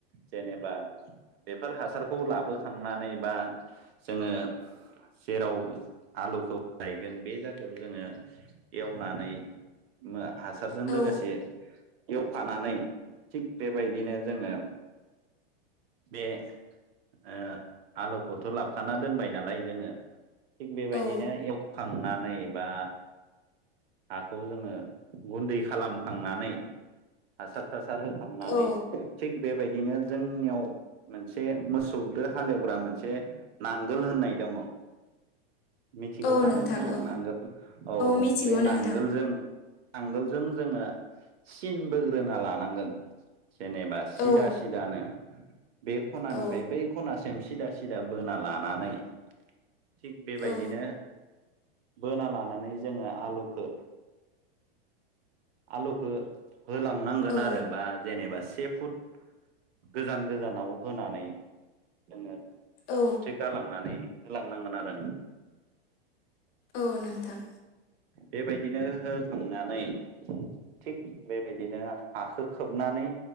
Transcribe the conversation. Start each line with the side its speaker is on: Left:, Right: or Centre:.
Right: जेनेबा बेफोर हासारखौ लाबोखांनानै बा जोङो जेराव आलुखौ गायगोन बे जायगायाव जोङो एवना नानै म हासारजों
Left: औ
Right: लोगोसे एवफानानै थिग बेबायदिनो जोङो बे, ओ, लौखौथ' लाब खाना दोनबाय नालाय जोङो थिग बेबायदिनो
Left: औ
Right: एवखांनानै बा हाखौ जोङो गुन्दै खालामखांनानै हासार थासार होखांनानै
Left: औ
Right: थिग बेबायदिनो जोंनियाव मोनसे मोसौदो हालेवग्रा मोनसे नांगोल होननाय दङ मिथिगौ
Left: औ
Right: ना
Left: नोंथां
Right: नोंथाङा
Left: औ
Right: नांगोल? औ
Left: मिथिगौ
Right: बे
Left: नोंथां
Right: नांगोलजों नांगोलजों जोङो सिनबो बोना लानांगोन जेनेबा सिदा
Left: औ
Right: सिदानो बे खनानिफ्राय
Left: औ
Right: बै खनासिम सिदा सिदा बोना लानानै थिग बेबायदिनो
Left: औ
Right: बोना लानानै जोङो आलुखौ <inaudible> आलुखौ होलांनांगोन
Left: औ
Right: आरो बा जेनेबा से फुट गोजान गोजानाव होनानै जोङो
Left: औ
Right: थ्रि गालांनानै होलांनांगोन आरो
Left: औ नोंथां
Right: बेबायदिनो हो-होखांनानै थिग बेबायदिनो हाखो खोबनानै